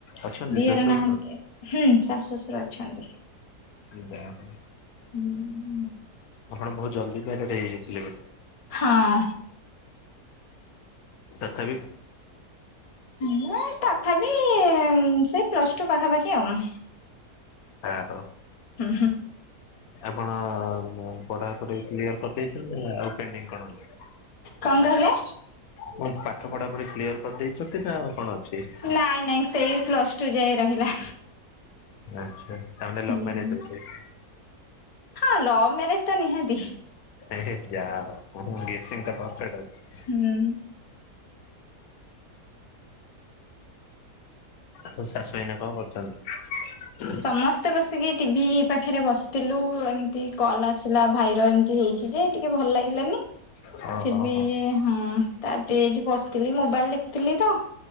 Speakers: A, on the left; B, on the left.
A: ଅଛନ୍ତି
B: ଦିଅର
A: ଶାଶୁ
B: ନାହାନ୍ତି
A: ଶ୍ୱଶୁର?
B: ହୁଁ ଶାଶୁ ଶଶୁର ଅଛନ୍ତି।
A: ଯାହା ହଉ।
B: ହୁଁଁ।
A: ଆପଣ ବହୁତ ଜଲଦି ମ୍ୟାରେଡ୍ ହେଇଯାଇଥିଲେ ବଧେ।
B: ହଁ।
A: ତଥାପି।
B: ମୁଁ ତଥାପି ସେ ପ୍ଲସ ଟୁ ପାଖାପାଖି ଆଉ।
A: ଯା ହଉ।
B: ହୁଁ ହୁଁ।
A: ଆପଣ ପଢାପଢୀ କ୍ଲିୟର କରିଦେଇଛନ୍ତି ନା ଆଉ ପେଣ୍ଡିଂ କଣ ଅଛି?
B: କଣ କହିଲେ?
A: ପୁଣି ପାଠ ପଢା ପଢି କ୍ଲିୟର କରିଦେଇଛନ୍ତି ନା ଆଉ କଣ ଅଛି?
B: ନାଇଁ ନାଇଁ। ସେଇ ପ୍ଲସ୍ ଟୁ ଯାଏ ରହିଲା।
A: ଆଚ୍ଛା ତାମାନେ
B: ହୁଁ
A: ଲଭ ମ୍ୟାରେଜ ବୋଧେ।
B: ହଁ ଲଭ୍ ମ୍ୟାରେଜ ତ ନିହାତି।
A: ଏ ହେ ଯାହା ହଉ ମୋ ଗେଶୀଙ୍ଗ୍ ଟା ପରଫେକ୍ଟ ଅଛି।
B: ହୁଁ।
A: ଆଉ ଶାଶୁ ଏଇନା କଣ କରୁଛନ୍ତି?
B: ସମସ୍ତେ ବସିକି ଟିଭି ପାଖେରେ ବସିଥିଲୁ ଏମିତି କଲ୍ ଆସିଲା ଭାଇର ଏମିତି ହେଇଛି ଯେ ଟିକେ ଭଲ ଲାଗିଲାନି।
A: ହଁ
B: ଫିର୍
A: ହଁ
B: ବି ହଁ ତାପରେ ଏଇଠି ବସିଥିଲି ମୋବାଇଲ ଦେଖୁଥିଲି ତ।